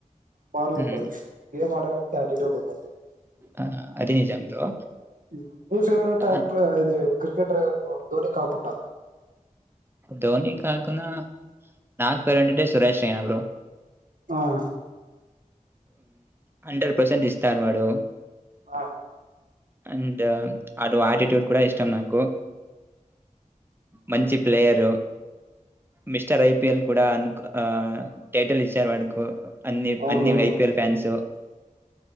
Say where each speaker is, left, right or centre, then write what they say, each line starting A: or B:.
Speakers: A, on the right (about 75°); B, on the right (about 15°).
A: బాగానే
B: హ్మ్.
A: ఉంటుది గేమ్ ఆడేవాకిటి ఉంటంది
B: ఆ అదిే నిజం బ్రో
A: ఉ మీ ఫేవరెట్ యాక్టర్
B: ఆహ్,
A: ఇది క్రికెటర్ ధోని కాకుండా
B: ధోని కాకున్నా నాకు పరు ఉంటింటే సురేష్ రైనా బ్రో
A: ఆ
B: హండ్రెడ్ పర్సెంట్ ఇస్తారు వాడు
A: ఆ
B: అండ్ అటు ఆటిట్యూడ్ కూడా ఇష్టం నాకు మంచి ప్లేయరు మిస్టర్ ఐపిఎల్ కూడా అ టైటిల్ ఇచ్చారు వాడుకు అన్ని
A: అవునవును
B: అన్ని ఐపిఎల్ ఫ్యాన్స్